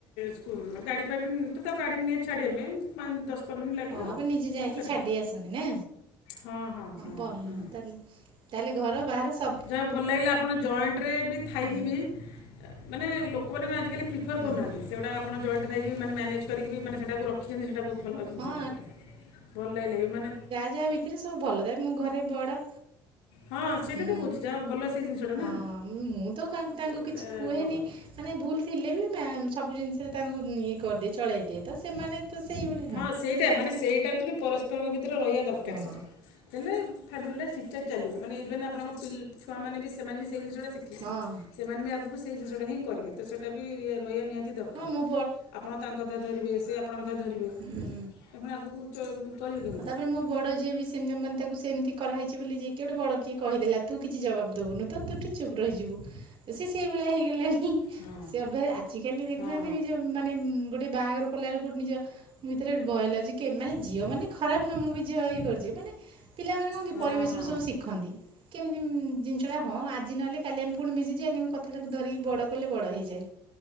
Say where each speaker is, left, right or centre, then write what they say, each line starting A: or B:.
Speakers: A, on the left; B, on the right.
A: ସ୍କୁଲ ଗାଡ଼ି ଫାଡି ନ ମୁଁ ତ ଗାଡ଼ି ନିଏ ଛାଡିବା ପାଇଁ ଦଶ ପନ୍ଦର ମିନଟ ଲାଗେ
B: ଓ
A: ଆଉ
B: ଆପଣ ନିଜେ ଯାଇକି
A: ପାଖରେ।
B: ଛାଡ଼ି ଦେଇ ଆସନ୍ତି ନା?
A: ହଁ ହଁ ହଁ
B: ଭଲ
A: ହୁଁ।
B: ତାହେଲେ ତାହେଲେ ଘର ବାହାର ସବ
A: ଯାହା ହଉ ଭଲ ଲାଗିଲା ଆପଣ ଜଏଣ୍ଟରେବି ଥାଇକି
B: ହୁଁ।
A: ବି ମାନେ ଲୋକମାନେ ଆଜିକାଲି ପ୍ରିଫର୍
B: ହଁ
A: କରୁନାହାନ୍ତି ସେଗୁଡ଼ା ଆପଣ ଜଏଣ୍ଟ ଖାଇକି ମାନ ମ୍ୟାନେଜ କରି ମାନେ ସେଟାକୁ ରଖ ଦେଖିଛନ୍ତି ସେଇଟା ବହୁତ୍ ଭଲ ଜିନିଷଟେ
B: ହଁ
A: ସେଟା ଭଲ ଲାଗିଲାବି ମାନେ
B: ଯାହା ଭିତରେ ସବୁ ଭଲ ତାପ ମୁଁ ଘରେ ବଡ଼।
A: ହଁ ସେଇଟାତ
B: ହୁଁ
A: କହୁଚି ଯାହା ହଉ ଭଲସେ ଜିନିଷଟା।
B: ହଁ
A: ନା
B: ମୁଁତ କା ତାଙ୍କୁ
A: ସେଇଟା
B: କିଛି କୁହେନି‌।
A: ଭଲ
B: ମାନେ ଭୁଲ ଥିଲେବି ମା ସବୁ ଜିନିଷରେ ତାଙ୍କୁ ଇଏ କରିଦିଏ ଚଳେଇ ଦିଏ ତସେମାନେ ତ ସେଇଭଳି
A: ହଁ ସେଇଟା ମାନେ ସେଇଟା ଥିଲେ ପରସ୍ ପରସ୍ପରଙ୍କ ଭିତରେ ରହିବା ଦରକାର୍
B: ହଁ
A: ସେଇଟା ହେଲେ ଫ୍ୟାମିଲିଟା ଠିକ୍ ଠାକ୍ ଚାଲିବ ମାନେ ଇଭେନ୍ ଆଣଙ୍କ ପିଲ ଛୁଆମାନେବି ସେମାନେବି ସେଇ ଜିନଷଟା ଶିଖିବେ
B: ହଁ।
A: ସେମାନେବି ଆଗକୁ ସେଇ ଜିନିଷଟାହିଁ କରିବେ ତସେଇଟାବି ରହିବା ନିହାତି ଦରକାର୍
B: ହଁ ମୋ
A: ଆପଣ ତାଙ୍କୁ କଥା ଧରିବେ ସେ ଆପଣଙ୍କ କଥା ଧରିବେ
B: ହୁଁ
A: ଆପଣ ଆଗକୁ ଚଳିବେ କେମିତି
B: ଆଉ ତାପରେ ମୋ ବଡ଼ ଝିଅବି ସେମିତି ମାନେ ତାକୁ ସେମିତି କରାହେଇଚି ବୋଲି ଯିଏ କିଏ ଗୋଟେ ବଡ଼ କିଏ କହିଦେଲା ତୁକିଛି ଜବାବ ଦବୁନୁ ତ ତୁଟିକେ ଚୁପ୍ ରହିଯିବୁ। ସେ ସେଇଭଳିଆ ହେଇଗଲାଣି।
A: ହଁ
B: ସେ ଅଭ୍ୟାସ ଆଜିକାଲି ଦେଖୁନାହାନ୍ତିବି
A: ହଁ
B: ଯୋଉ ମାନେ ଗୋଟେ ବାହାଘର କଲାବେଳେ ଗୋଟେ ନିଜ ଭିତରେ ଭୟ ଲାଗୁଚି ମାନେ ଝିଅ ମାନେ ଖରାପ୍ ନୁହଁ ମୁଁବି ଝିଅ ଇଏ କରିଚି ମାନେ ପିଲାମାନେ କଣକି
A: ହଁ
B: ପରିବେଶରୁ
A: ହଁ
B: ସବୁ ଶିଖନ୍ତି କେମିତି ଜିନିଷଟା ହଁ ଆଜି ନହେଲେ କାଲି ଆମେ ପୁଣି ମିଶିଯିବା କିନ୍ତୁ କଥାଟାକୁ ଧରିକି ବଡ଼ କଲେ ବଡ଼ ହେଇଯାଏ